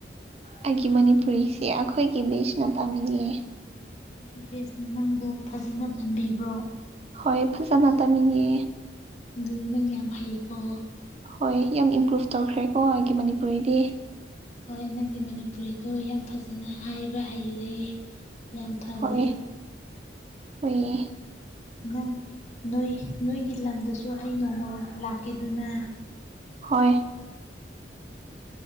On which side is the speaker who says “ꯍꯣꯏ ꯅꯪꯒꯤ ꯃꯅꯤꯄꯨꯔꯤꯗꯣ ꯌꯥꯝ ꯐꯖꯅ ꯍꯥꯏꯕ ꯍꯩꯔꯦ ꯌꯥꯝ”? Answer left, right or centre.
Left